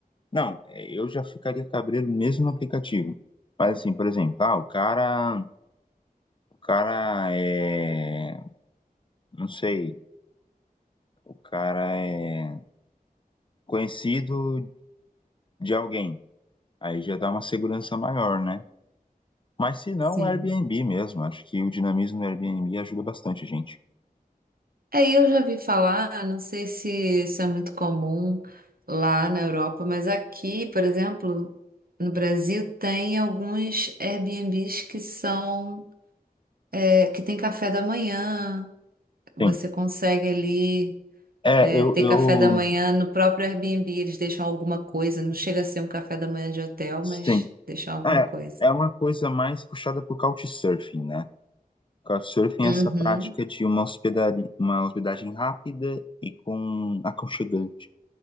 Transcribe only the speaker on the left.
Não, é, eu já ficaria cabreiro mesmo no aplicativo. Mas assim, por exemplo, ah, o cara, o cara é, não sei, o cara é conhecido de alguém. Aí já dá uma segurança maior, né? Mas se não,
Airbnb mesmo. Acho que o dinamismo do Airbnb ajuda bastante a gente.
Sim.
É,
eu,
eu,
sim.
É,
é uma coisa mais puxada por Couchsurfing, né? Couchsurfing
é essa prática de uma hospedaria, uma hospedagem rápida e com aconchegante,